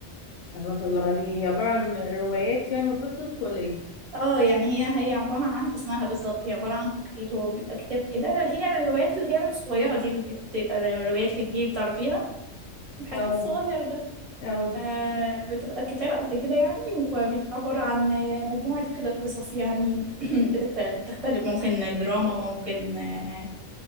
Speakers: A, on the left; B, on the right.
A: رحمة الله عليه هي عبارة عن روايات يعني وقصص ولا ايه
B: اه يعني هي هي عبارة عن اسمها بالظبط هي عبارة عن كوكتيل هو بيبقى كتاب كده هي الروايات اللي هي الصغيرة دي اللي بتبقى الروايات للجيب تعرفيها الحجم
A: اه
B: الصغير ده
A: اه
B: آه بتبقى كتاب قد كده يعني وبيبقى عبارة عن مجموعة كده قصص يعني <clears throat> بتكت- بتختلف ممكن دراما ممكن آه،